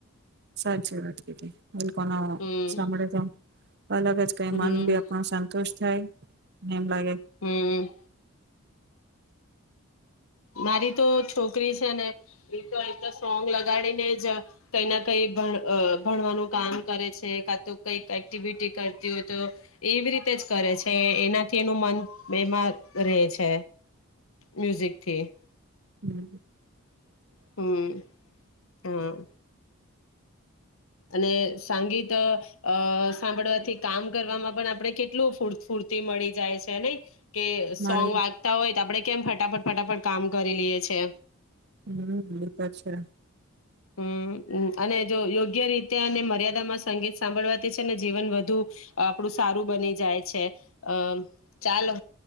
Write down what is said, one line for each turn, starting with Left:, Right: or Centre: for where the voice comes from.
Right: સાચી વાત કીધ કોનો
Left: હમ
Right: સાંભળે તો અલગ જ કઈ મન
Left: હમ
Right: ભી આપણ સંતુષ્ટ જય નિમ લાગે
Left: હમ મારી તો છોકરી છે ને એ તો એક તો સોંગ લગાડીને જ કઈ ના કઈ ભણવાનું કામ કરે છે કા તો કઈક એક્ટિવિટી કરતી હોય તો એવી રીતે જ કરે છે એનાથી એનું મન બેમાર રહે છે મ્યુઝિક છે
Right: હમ
Left: હમ હા અને સંગીત અ સાંભળવાથી કામ કરવામાં પણ આપડણે કેટલું ફૂતફૂર્તિ મળી જાય છે નહી કે
Right: મળે
Left: સોંગ વાગતા હોય તો આપણે કેમ ફટાફટ ફટાફટ કામ કરી લઈએ છે
Right: હમ એી તો છે
Left: હમ અને યોગ્ય રીતે અને મર્યાદામાં સંગીત સાંભળવાથી છે ને જીવન વધુ આપણું સારું બની જાય છે અમ ચાલો